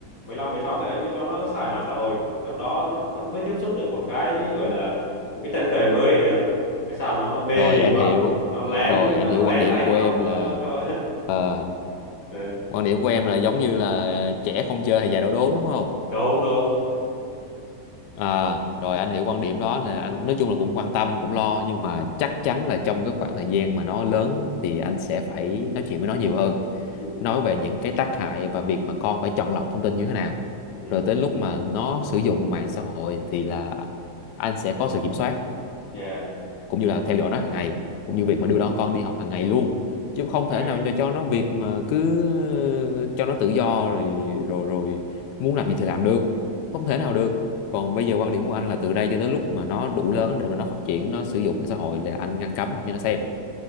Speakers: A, on the left; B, on the left.
A: mười lăm, mười sáu tuổi anh mới cho nó xài mạng xã hội lúc đó nó, nó mới tiếp xúc được một cái gọi là một cái chân trời mới vậy đó cái sao nó nó mê
B: rồi anh
A: quá
B: hiểu
A: nó lén
B: rồi
A: nó nó
B: anh hiểu
A: nó lén
B: quan điểm
A: anh
B: của
A: nó
B: em
A: không ờ,
B: là
A: không-
B: ờ,
A: ờ, <laughs>
B: quan điểm của em là giống như là trẻ không chơi thì già đổ đốn đúng không
A: đúng đúng
B: à rồi anh hiểu quan điểm đó là anh nói chung là cũng quan tâm cũng lo nhưng mà chắc chắn là trong cái khoảng thời gian mà nó lớn thì anh sẽ phải nói chuyện với nó nhiều hơn
A: ừ,
B: nói về những cái tác hại và việc mà con phải chọn lọc thông tin như thế nào
A: ừ,
B: rồi
A: ừ.
B: tới lúc mà nó sử dụng mạng xã hội thì là anh sẽ có sự kiểm soát
A: yeah
B: cũng như là theo dõi nó hàng ngày cũng như việc
A: Ừ,
B: mà đưa đón con đi học hàng ngày luôn chứ không
A: ok
B: thể nào cho nó việc mà cứ cho nó tự do rồi rồi rồi muốn làm gì thì làm được không thể nào được còn bây giờ quan điểm của anh là từ đây cho tới lúc mà nó đủ lớn để mà nó phát triển nó sử dụng mạng xã hội là anh ngăn cấm không cho nó xem